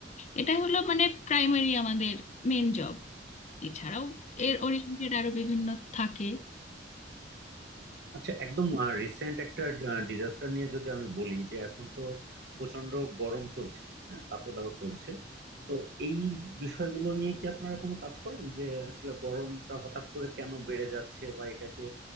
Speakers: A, on the left; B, on the right.
A: এটা হলো মানে প্রাইমারি আমাদের মেন জব এছাড়াও এর ওরিয়েন্টেড আরো বিভিন্ন থাকে
B: আচ্ছা একদম রিসেন্ট একটা ডিজাস্টার নিয়ে যদি আমি বলি যে এখন তো প্রচন্ড গরম চলছে হ্যাঁ তাপদাহ চলছে তো এই বিষয়গুলো নিয়ে কি আপনারা কোনো কাজ করেন যে আসলে গরমটা হঠাৎ করে কেন বেড়ে যাচ্ছে বা এটাকে